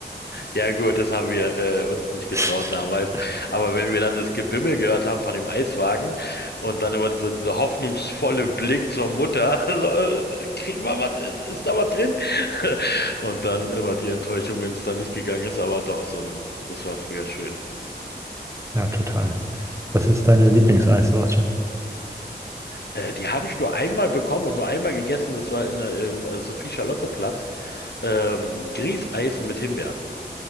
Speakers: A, on the left; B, on the right.
A: Ja gut, das haben wir äh, uns nicht getraut
B: <laughs>
A: damals. Aber wenn wir dann das Gebimmel gehört haben von dem Eiswagen und dann immer dieser, dieser hoffnungsvolle Blick zur Mutter, <laughs> so, äh, kriegen wir was, ist, ist da was drin? <laughs> Und dann immer die Enttäuschung, wenn es dann nicht gegangen ist, aber doch so ein, das war früher schön.
B: Ja, total. Was ist deine Lieblingseissorte?
A: Äh, die habe ich nur einmal bekommen und nur einmal gegessen, das war in der, im äh, Sophie-Charlotte-Platz, ähm, Grießeis mit Himbeeren.